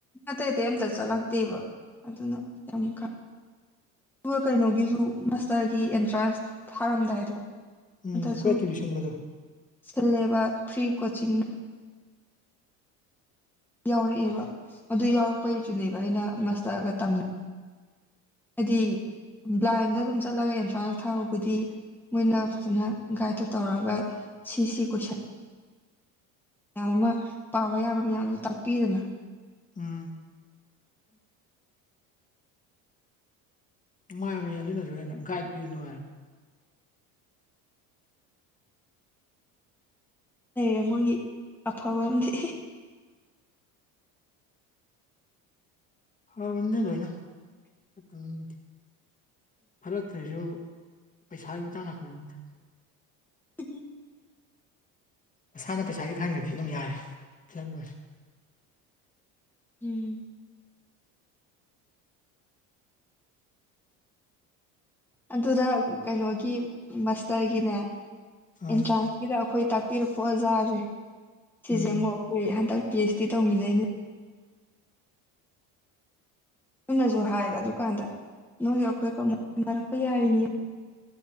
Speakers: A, in the centre; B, on the left.
A: ꯑꯇꯩ ꯑꯇꯩ ꯑꯃꯝꯇ ꯆꯠꯂꯛꯇꯦꯕ ꯑꯗꯨꯅ ꯌꯥꯝ ꯈ ꯑꯗꯨꯒ ꯀꯩꯅꯣꯒꯤꯁꯨ ꯃꯥꯁꯇꯔꯒꯤ ꯑꯦꯟꯇ꯭ꯔꯥꯟꯁ ꯊꯥꯔꯝꯗꯥꯏꯗꯣ
B: ꯎꯝ
A: ꯑꯗꯁꯨ
B: ꯀꯣꯏ ꯀ ꯁꯤꯟꯕꯗꯣ
A: ꯁꯤꯜꯂꯦꯕ ꯐ꯭ꯔꯤ ꯀꯣꯆꯤꯡ ꯌꯥꯎꯔꯛꯑꯦꯕ ꯑꯗꯨ ꯌꯥꯎꯔꯛꯄꯩꯁꯨꯅꯦꯕ ꯑꯩꯅ ꯉꯁꯇꯔꯒ ꯇꯝ ꯍꯥꯏꯗꯤ ꯕ꯭ꯂꯥꯏꯟꯗ ꯑꯗꯨꯝ ꯆꯠꯂꯒ ꯑꯦꯟꯇ꯭ꯔꯥꯟꯁ ꯊꯥꯍꯕꯨꯗꯤ ꯃꯣꯏꯅ ꯐꯖꯅ ꯒꯥꯏꯗꯇꯣ ꯇꯧꯔꯒ ꯁꯤ ꯁꯤ ꯀꯣꯏꯁꯟ ꯃꯌꯥꯝ ꯑꯃ ꯄꯥꯕ ꯌꯥꯕ ꯃꯌꯥꯝꯗꯨ ꯇꯥꯛꯄꯤꯗꯅ
B: ꯎꯝ ꯅꯨꯡꯉꯥꯏꯕꯅꯤ ꯑꯗꯨꯅꯁꯨ ꯍꯦꯟꯅ ꯒꯥꯏꯗ ꯄꯤꯨ ꯉꯥꯏꯔ
A: ꯂꯩꯔꯦ ꯃꯣꯏꯒꯤ ꯑꯐꯕ ꯑꯃꯗꯤꯝꯗꯤ
B: ꯍꯕꯅꯤꯅꯦ ꯂꯣꯏꯅꯗꯤ ꯐꯔꯛꯇ꯭ꯔꯔꯤꯁꯤꯕꯨ ꯄꯩꯁꯥꯒꯤ ꯃꯇꯥꯡ ꯂꯥꯛꯄꯗꯅꯤꯗ
A: ꯎꯝ
B: ꯃꯁꯥꯅ ꯄꯩꯁꯥꯒꯤ ꯈꯪꯅꯗꯤ ꯑꯗꯨꯝ ꯌꯥꯔꯦ ꯐꯂꯝ ꯑꯣꯏꯔꯦ
A: ꯎꯝ ꯑꯗꯨꯗ ꯀꯩꯅꯣꯒꯤ ꯃꯁꯇꯔꯒꯤꯅꯦ ꯑꯦꯟꯇ꯭ꯔꯥꯟꯁ
B: ꯑꯥ
A: ꯁꯤꯗ ꯑꯩꯈꯣꯏ ꯇꯥꯛꯄꯤꯔꯛꯄ ꯑꯣꯖꯥꯁꯦ ꯁꯤꯁꯦ
B: ꯎꯝ
A: ꯑꯃꯨꯛ ꯑꯩꯈꯣꯏ ꯍꯟꯗꯛ ꯄꯤ ꯑꯩꯆ ꯗꯤ ꯇꯧꯃꯤꯟꯅꯩꯅꯤ ꯅꯣꯏꯅꯁꯨ ꯍꯥꯏꯌꯦꯕ ꯑꯗꯨꯀꯥꯟꯗ ꯅꯣꯏꯁꯨ ꯑꯩꯈꯣꯏꯒ ꯑꯃꯨꯛ ꯁꯅꯔꯛꯄ ꯌꯥꯔꯤꯅꯤ